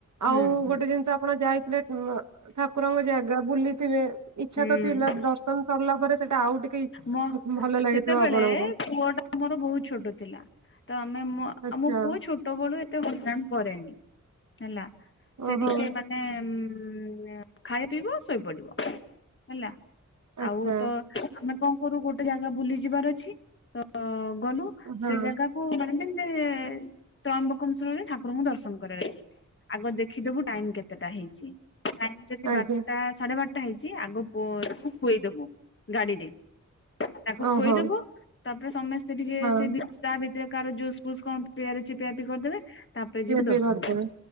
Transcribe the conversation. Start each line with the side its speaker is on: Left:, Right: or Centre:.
Left: ହୁଁ
Right: ଆଉ
Left: ହୁଁ
Right: ଗୋଟେ ଜିନିଷ ଆପଣ ଯାଇଥିଲେ ମ ଠାକୁରଙ୍କ ଜାଗା ବୁଲିଥିବେ ଇଚ୍ଛା
Left: ହୁଁ
Right: ତ ଥିଲା ଦର୍ଶନ ସରିଲା ପରେ ସେଟା ଆଉ ଟିକେ ଇ-
Left: ମୋ
Right: ଭଲ ଲାଗିଥିବ
Left: ସେତେବେଳେ
Right: ଆପଣଙ୍କୁ
Left: ପୁଅଟା ଆମର ବହୁତ ଛୋଟ ଥିଲା ତ ଆମେ ମୋ ଆଉ
Right: ଆଚ୍ଛା
Left: ମୋ ପୁଅ ଛୋଟ ଛୋଟବେଳୁ ଏତେ ବଦନାମ କରେନି ହେଲା ସେ
Right: ଓହୋ
Left: ଟିକେ ମାନେ ମାନେ ଖାଇବ ପିଇବ ଶୋଇପଡିବ ହେଲା।
Right: ଆଚ୍ଛା
Left: ଆଉତ ଆମେ କଣ କରୁ ଗୋଟେ ଜାଗା ବୁଲି ଯିବାର ଅଛି ତ ଗଲୁ
Right: ହଁ
Left: ସେ ଜାଗାକୁ ମାନେ ତ୍ରୟମ୍ବକମସ୍ବରରେ ଠାକୁରଙ୍କୁ ଦର୍ଶନ କରିବାର ଅଛି। ଆଗ ଦେଖିଦବୁ ଟାଇମ କେତେଟା ହେଇଛି। ଟାଇମ୍ ଯଦି
Right: ଆଜ୍ଞା
Left: ବାରଟା ସାଢେ ବାରଟା ହେଇଛି ଆଗ ପଅକୁ ଖୁଆଇଦବୁ। ଗାଡିରେ ତାକୁ
Right: ଓହୋ
Left: ଖୁଆଇଦବୁ ତାପରେ ସମସ୍ତେ ଟିକେ
Right: ହଁ
Left: ସେଠି ଖାଇବୁ। ତା ଭିତରେ କାହାର ଜୁସ୍ ଫୁସ୍ କଣ ପିଇବାର ଅଛି ପିଆ ପିଇ କରିଦେବେ। ତାପରେ
Right: ପିଆ
Left: ଯିବୁ
Right: ପିଇ
Left: ଦର୍ଶନ
Right: କରିଦେବେ
Left: କୁ